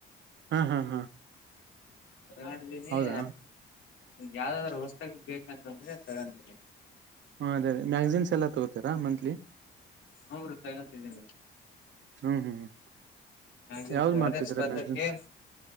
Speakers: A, on the right; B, on the left.
A: ಹಾ ಹಾ ಹಾ.
B: ತಗೊಂಡಿದ್ದೀನಿ
A: ಹೌದಾ
B: ಯಾವ್ದಾದ್ರ ಹೊಸ್ತಕ್ ಬೇಕಂತಂದ್ರೆ ತಗೊಂತೀನಿ.
A: ಹಾಂ ಅದೇ ಅದೇ ಮ್ಯಾಜ್ಗಿನ್ಸ್ ಎಲ್ಲ ತಗೋತೀರಾ ಮಂತ್ಲಿ.
B: ಬೌದ್ದಿಕ ತೋಗೊಂತಿದಿನಿ.
A: ಹ್ಮ ಹ್ಮ್.
B: ಮ್ಯಾಗಿನ್ಸ್
A: ಯಾವ್ದ್ ಮಾಡ್ತಿದೀರಾ
B: ಅದೇ ಸ್ಪರ್ಧೆ
A: ಮ್ಯಾಗಝಿನ್ಸ್
B: ಕೆ